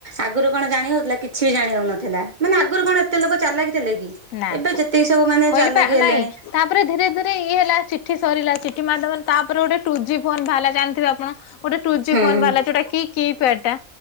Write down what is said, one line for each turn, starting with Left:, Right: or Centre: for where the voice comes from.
Right: ଆଗରୁ କଣ ଜାଣି ହଉଥିଲା? କିଛି ବି ଜାଣି ହଉନଥିଲା। ମାନେ ଆଗରୁ କଣ ଏତେ ଲୋକ ଚାଲାକିଥିଲେ କି?
Left: ନା।
Right: ଏବେ ଯେତିକି ସବୁ ମାନେ
Left: କହିଲି
Right: ଚାଲାକି
Left: ପା
Right: ହେଲେଣି।
Left: ନାଇଁ ତାପରେ ଧୀରେ ଧୀରେ ଇଏ ହେଲା ଚିଠି ସରିଲା ଚିଠି ମାଧ୍ୟମରେ ତାପରେ ଗୋଟେ ଟୁ ଜି ଫୋନ୍ ବାହାରିଲା ଜାଣିଥିବେ ଆପଣ। ଗୋଟେ ଟୁ ଜି
Right: ହୁଁ
Left: ଫୋନ୍ ବାହାରିଲା ଯୋଉଟା କି କି ପ୍ୟାଡ ଟା